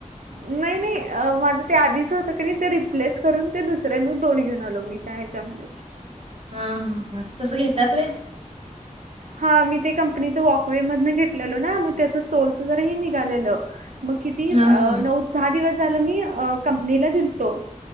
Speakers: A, on the right; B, on the right.
A: नाही नाही अ, माझं आधीच हो ते रिप्लेस करून ते दुसरे मग दोन घेऊन आलो मी त्या ह्याच्यामध्ये
B: हा हा ह तसं घेतात व
A: हा मी ते कंपनीच वॉकवे मधून घेतलेलो ना मग त्याच सोलच जराही निघालेलं मग किती
B: हा हम्म
A: नऊ दहा दिवस झालं मी कंपनीला दिलतो